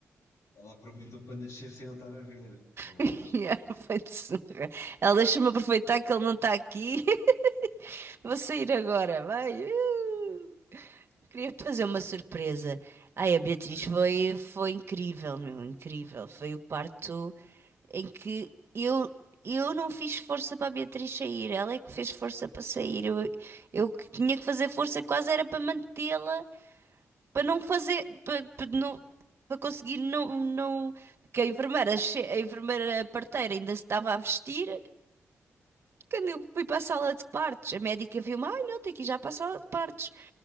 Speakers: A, on the left; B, on the right.
A: Ela aproveitou para nascer sem eu estar a ver. Pois,
B: <laughs> Yeah, vai de surra. Ela deixa-me aproveitar que ele não está aqui. <laughs> Vou sair agora. Vai. Uh! Queria-te fazer uma surpresa. Ai, a Beatriz
A: pois,
B: foi,
A: né?
B: foi incrível, meu, incrível. Foi o parto em que eu, eu não fiz força para a Beatriz sair. Ela é que fez força para sair. Eu, eu que tinha que fazer força quase era para mantê-la, para não fazer, para, para não, para conseguir não, não, porque a enfermeira, che- a enfermeira parteira ainda se estava a vestir. Quando eu fui para a sala de partos, a médica viu-me, ai não, tenho que ir já para a sala de partos,